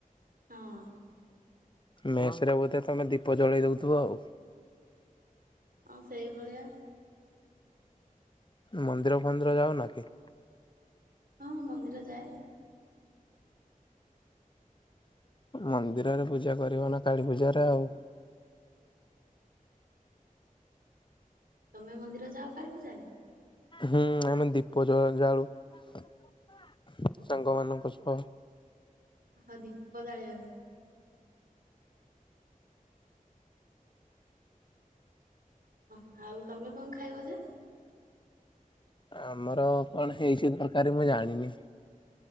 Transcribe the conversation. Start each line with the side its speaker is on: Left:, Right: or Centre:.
Right: ହଁ।
Left: ମେଷରେ ବୋଧେ ତମେ ଦୀପ ଜଳେଇ ଦଉଥିବ ଆଉ।
Right: ଆଉ ସେଇଭଳିଆ।
Left: ମନ୍ଦିର ଫନ୍ଦିର ଯାଉନା କି?
Right: ହଁଁ ମନ୍ଦିର ଯାଏ।
Left: ମନ୍ଦିରରେ ପୂଜା କରିବ ନା କାଳୀ ପୂଜାରେ ଆଉ।
Right: ତମେ ମନ୍ଦିର ଯାଅ କାଳୀ ପୂଜାରେ।
Left: ହୁଁ ଆମେ ଦୀପ ଜଳ ଯାଳୁ ସାଙ୍ଗମାନାନଙ୍କ ସହ।
Right: ଓ ହଁ ଦୀପ ଜାଳିଆକୁ। ଓ ଆଉ ତମେ କଣ ଖାଇବ ଯେ?
Left: ଆମର କଣ ହେଇଛି ତରକାର ମୁଁ ଜାଣିନି।